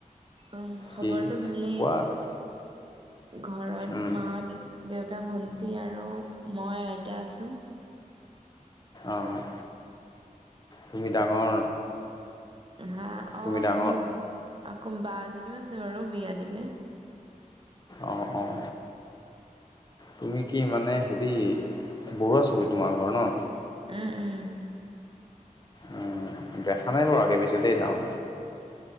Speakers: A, on the right; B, on the left.
A: অ খবৰটো
B: কি
A: ভালেই
B: কোৱা আৰু
A: ঘৰত
B: উম
A: মা দে দেউতা ভণ্টি আৰু মই আইতা আছোঁ
B: অঁ তুমি ডাঙৰ
A: হা অ
B: তুমি ডাঙৰ
A: মোৰ আকৌ বা এজনীও আছে বাৰু বিয়া দিলে
B: অঁ অঁ তুমি কি মানে হেৰি বৰুৱা ছবি তোমাৰ ঘৰ ন
A: উম, উম,
B: উম, দেখা নাই বাৰু আগে পিছে দেই গাৱ